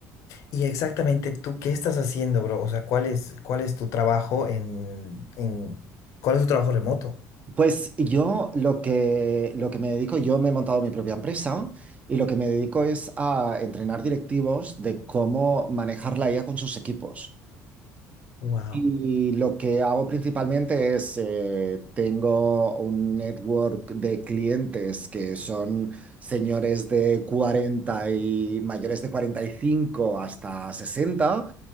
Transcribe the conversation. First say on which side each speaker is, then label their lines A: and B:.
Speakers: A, on the left; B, on the right.
A: Y exactamente tú, ¿qué estás haciendo, bro? O sea, ¿cuál es, cuál es tu trabajo en, en, cuál es tu trabajo remoto?
B: Pues yo lo que, lo que me dedico, yo me he montado mi propia empresa y lo que me dedico es a entrenar directivos de cómo manejar la IA con sus equipos.
A: Wow.
B: Y lo que hago principalmente es, eh, tengo un network de clientes que son señores de 40 y mayores de 45 hasta 60